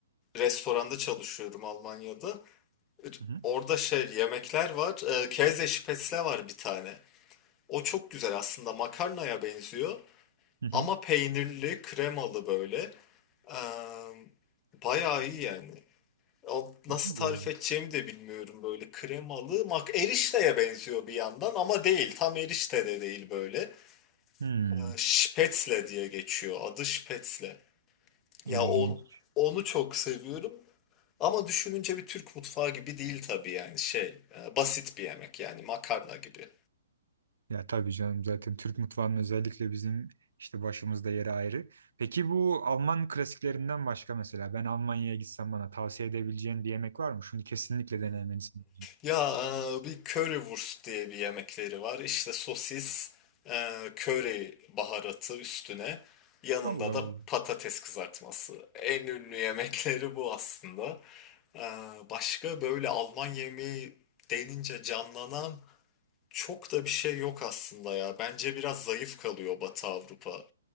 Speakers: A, on the left; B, on the right.
A: restoranda çalışıyorum Almanya'da. R-
B: Hı hı.
A: Orada şey yemekler var. E, Käse Spätzle var bir tane. O çok güzel aslında makarnaya benziyor
B: Hı hı.
A: ama peynirli, kremalı böyle. Em, bayağı iyi yani. O nasıl
B: Allah
A: tarif
B: Allah.
A: edeceğimi de bilmiyorum böyle kremalı. Mak erişteye benziyor bir yandan ama değil. Tam erişte de değil böyle.
B: Hmm.
A: Ee, Spätzle diye geçiyor. Adı Spätzle.
B: İlginç.
A: Ya o, onu çok seviyorum. Ama düşününce bir Türk mutfağı gibi değil tabii yani şey e, basit bir yemek yani makarna gibi.
B: Ya tabii canım zaten Türk mutfağının özellikle bizim işte başımızda yeri ayrı. Peki bu Alman klasiklerinden başka mesela ben Almanya'ya gitsem bana tavsiye edebileceğin bir yemek var mı? Şunu kesinlikle denemelisin.
A: Ya e, bir currywurst diye bir yemekleri var. İşte sosis, e, köri baharatı üstüne yanında
B: Allah
A: da
B: Allah.
A: patates kızartması. En ünlü yemekleri bu aslında. E, başka böyle Alman yemeği denince canlanan Çok da bir şey yok aslında ya. Bence biraz zayıf kalıyor Batı Avrupa